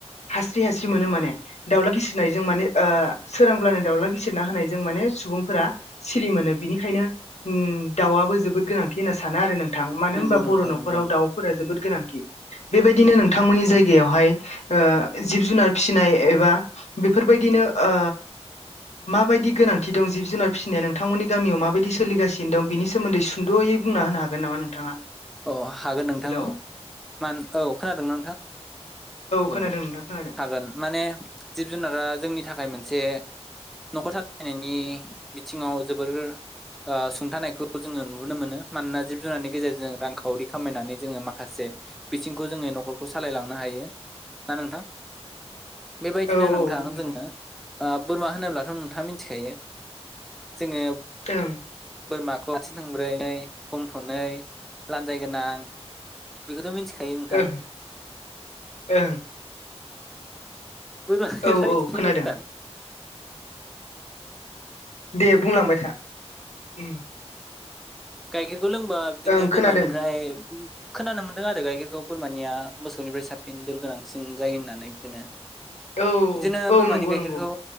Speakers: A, on the left; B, in the centre.
A: हास्रि हास्रि मोनो माने दाउला गिसिरनायजों माने ओ सोरांब्लानो दाउला गिसिरना होनायजों माने सुबुंफोरा सिरि मोनो बिनिखायनो उम दाउआबो जोबोद गोनांथि होनना सानो आरो नों थां मानो
B: नंगौ
A: होनबा
B: नोंथां
A: बर' न'खराव
B: नंगौ
A: दाउफोरा जोबोद गोनांथि बेबायदिनो नोंथांमोननि
B: औ
A: जायगायावहाय ओ जिब जुनार फिसिनाय एबा बेफोरबायदिनो ओ माबायदि गोनांथि दं जिब जुनार फिसिनाया नोंथांमोननि गामियाव माबायदि सोलिगासिनो दं बिनि सोमोन्दै सुं द'यै बुंना होनो हागोन नामा नोंथाङा
B: अ हागोन नोंथां
A: हेलौ
B: औ मा औ खोनादोंना नोंथां
A: खोनादों
B: औ
A: नोंथां खोनादों
B: हागोन माने जिब जुनारा जोंनि थाखाय मोनसे न'खर सालायनायनि बिथिङाव जोबोर ओ सुंथानायखौ जोङो नुहरनो मोनो मानोना जिब जुनारनि गेजेरजों रांखावरि खामायनानै जोङो माखासे बिथिंखौ जोङो न'खरखौ सालायलांनो हायो ना नोंथां बेबायदिनो
A: औ
B: नोंथां
A: औ नंगौ
B: जोङो ओ बोरमा होनोब्लाथ' नोंथाङा मिथिखायो जोङो
A: ओं
B: बोरमाखौ आथिं थंब्रै नै गं थनै लान्जायगोनां बेखौथ' मिनथिखायो नोंथां
A: ओं ओं
B: बोरमाखो
A: औ औ खोनादों
B: <unintelligible>
A: दे बुंलांबाय था उम
B: गाइखेरखौ लोंबा बिदिनो
A: ओं
B: बोरमानिफ्राय
A: खोनादों
B: खोनानो मोन्दों आरो गाइखेरखौ बोरमानिया मोसौनिफ्राय साबसिन दोल गोनांसिन जायो होननानै बिदिनो।
A: औ
B: बिदिनो
A: औ
B: बोरमानि
A: नंगौ
B: गायखेरखौ
A: नंगौ